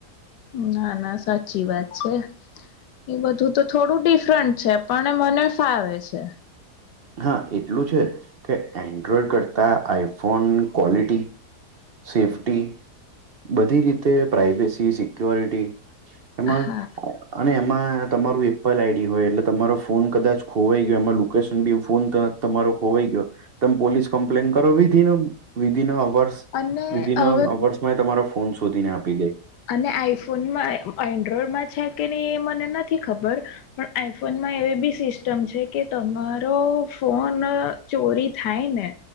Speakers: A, on the left (about 80°); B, on the right (about 50°).
A: ના ના સાચી વાત છે. એ બધું તો થોડું ડિફરન્ટ છે. પણ મને ફાવે છે.
B: હા એટલું છે કે એન્ડ્રોઈડ કરતા આઈફોન ક્વોલિટી.... સેફ્ટી બધી રીતે પ્રાઇવેસી સિક્યોરિટી એમાં,
A: હા.
B: અને એમાં તમારું એપલ આઈડી હોય એટલે તમારો ફોન કદાચ ખોવાઈ ગયો એમાં લોકેશન બી ફોન તમારો ખોવાઈ ગયો તમે પોલીસ કમ્પ્લેન કરો. Within within hours.
A: અને
B: વિધિન
A: હવે
B: અ અવર્સમાં એ તમારો ફોન શોધીને આપી દે.
A: અને આઈફોનમાં એન્ડ્રોઈડમાં છે કે નહી એ મને નથી ખબર! પણ આઈફોનમાં એવી બી સિસ્ટમ છે કે તમારો ફોન ચોરી થાય ને!